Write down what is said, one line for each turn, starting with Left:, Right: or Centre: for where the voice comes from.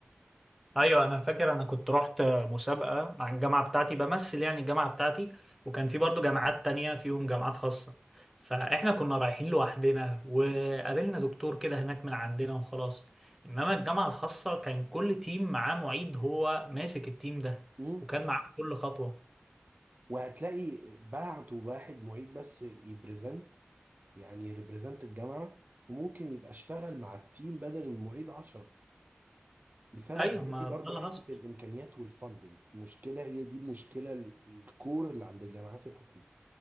Centre: ايوه انا فاكر انا كنت رحت مسابقه مع الجامعه بتاعتي بمثل يعني الجامعه بتاعتي وكان في برضو جامعات تانية فيهم جامعات خاصه فاحنا كنا رايحين لوحدنا وقابلنا دكتور كده هناك من عندنا وخلاص انما الجامعه الخاصه كان كل تيم معاه معيد هو ماسك التيم ده
Right: مم.
Centre: وكان معاه في كل خطوه
Right: وهتلاقي بعتوا واحد معيد بس يبريزنت يعني يريبريزنت الجامعه وممكن يبقى اشتغل مع التيم بدل المعيد 10 لسبب
Centre: ايوه
Right: هي
Centre: ما
Right: دي برضو
Centre: ده اللي
Right: حته
Centre: حصل
Right: الامكانيات والفاندنج المشكله هي دي المشكله ال- الكور اللي عند الجامعات الحكوميه